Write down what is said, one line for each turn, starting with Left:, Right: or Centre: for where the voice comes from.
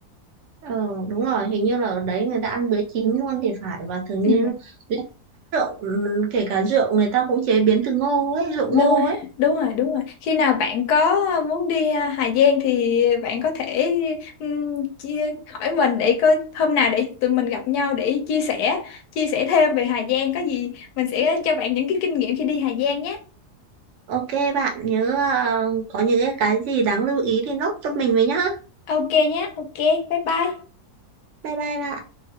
Right: ờ, đúng rồi, hình như là ở đấy người ta ăn bữa chín luôn thì phải và thường
Left: ừ.
Right: như rượu, ừ, kể cả rượu người ta cũng chế biến từ ngô ấy, rượu
Left: đúng
Right: ngô
Left: rồi
Right: ấy.
Left: đúng rồi đúng rồi khi nào bạn có muốn đi à, Hà Giang thì bạn có thể ừm, chia, hỏi mình để coi hôm nào để tụi mình gặp nhau để chia sẻ chia sẻ thêm về Hà Giang có gì mình sẽ cho bạn những cái kinh nghiệm khi đi Hà Giang nhé
Right: Ok bạn nhớ à, có những cái cái gì đáng lưu ý thì nốt cho mình với nhá.
Left: ok nhé ok bye bye
Right: Bye bye bạn.